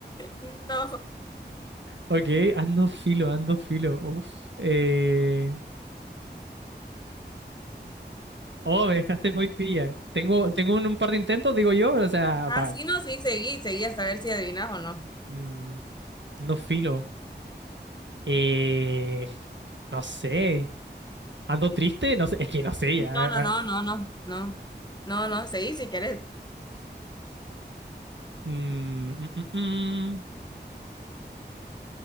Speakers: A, on the left; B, on the right.
A: No.
B: ok, ando filo, ando filo, uf, eh, oh, me dejaste muy pilla, tengo, tengo un, un par de intentos, digo yo, o sea,
A: Así
B: pa,
A: no, sí, seguí, seguí hasta ver si adivinas o no.
B: mm, no filo, eh, no sé, ando triste, no sé, es que no sé,
A: No,
B: ya, ah,
A: no, no,
B: ah,
A: no, no, no. No, no, seguí si querés.
B: mm, mm, mm, mm,